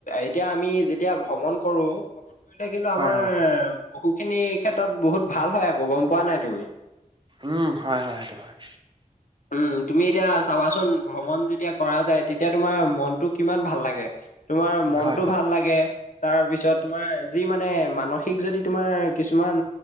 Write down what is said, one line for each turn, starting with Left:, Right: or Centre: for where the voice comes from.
Left: এতিয়া আমি যেতিয়া ভ্ৰমণ কৰো ভ্ৰমণ কৰিলে কিন্তু
Right: হয়
Left: আমাৰ
Right: হয়
Left: বহু খিনি ক্ষেত্ৰত বহুত ভাল হয় আকৌ গম পোৱা নাই তুমি?
Right: উম হয় হয় সেইটো হয়।
Left: উম তুমি এতিয়া চাবাচোন ভ্ৰমণ যেতিয়া কৰা যায় তেতিয়া তোমাৰ মনটো কিমান ভাল লাগে। তোমাৰ মনতটো
Right: হয় হয়।
Left: ভাল লাগে, তাৰ পিছত তোমাৰ যি মানে মানসিক যদি তোমাৰ কিছুমান